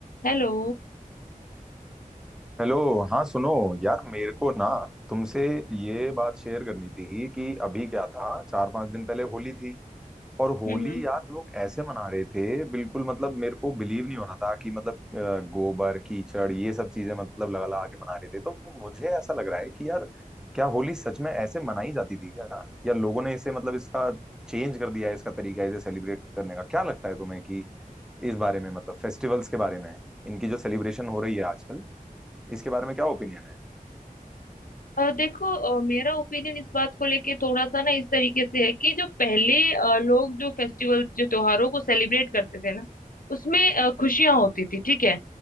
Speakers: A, on the left; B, in the centre.
A: Hello
B: Hello हाँ सुनो यार मेरे को ना तुमसे ये बात शेयर करनी थी कि अभी क्या था चार पांच दिन पहले होली थी और होली
A: हम्म हम्म।
B: यार लोग ऐसे मना रहे थे बिल्कुल मतलब मेरे को बिलीव नहीं हो रहा था कि मतलब अ, गोबर कीचड़ ये सब चीजें मतलब लगा लगा के मना रहे थे तो मुझे ऐसा लग रहा है कि यार क्या होली सच में ऐसे मनाई जाती थी क्या या लोगों ने इसे मतलब इसका चेंज कर दिया है इसका तरीका इसे सेलिब्रेट करने का क्या लगता है तुम्हें कि इस बारे में मतलब फेस्टिवल्स के बारे में इनकी जो सेलिब्रेशन हो रही है आजकल इसके बारे में क्या ओपिनियन है
A: अ, देखो अ, मेरा ओपिनियन इस बात को लेके थोड़ा सा ना इस तरीके से है कि जो पहले अ, लोग जो फेस्टिवल जो त्योहारों को सेलिब्रेट करते थे ना उसमें अ, खुशियां होती थी ठीक है